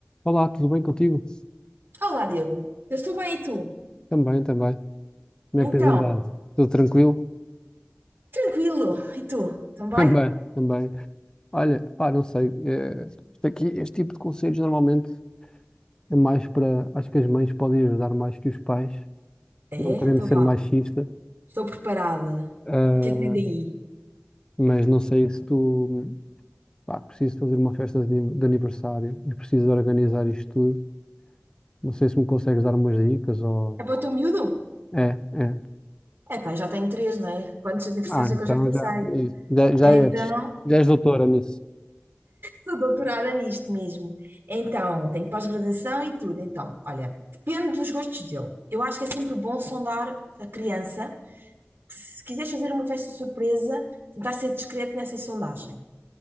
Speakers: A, on the left; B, on the right.
A: Olá, tudo bem contigo?
B: Olá, Diogo. Eu estou bem, e tu?
A: Também, também. Como
B: Então,
A: é que tens andado? Tudo tranquilo?
B: tranquilo. E tu? Também?
A: <laughs> Também, também. Olha, pá, não sei. eh, isto aqui, este tipo de conselhos normalmente é mais para. Acho que as mães podem ajudar mais que os pais,
B: É,
A: não querendo
B: então
A: ser
B: vá.
A: machista.
B: Estou preparada.
A: ah,
B: O que é que vem daí?
A: mas não sei se tu. Pá, preciso fazer uma festa de ani- de aniversário e preciso de organizar isto tudo. Não sei se me consegues dar umas dicas ou.
B: É para o teu miúdo?
A: É, é.
B: É pá, já tenho três, não é? Quantos aniversários
A: Ah, então
B: é que eu já passei?
A: já, já, já
B: Então,
A: és, já és doutora nisso.
B: sou doutorada nisto mesmo. Então, tenho pós-graduação e tudo. Então, olha, depende dos gostos dele. Eu acho que é sempre bom sondar a criança. Se quiseres fazer uma festa surpresa, tentar ser discreto nessa sondagem.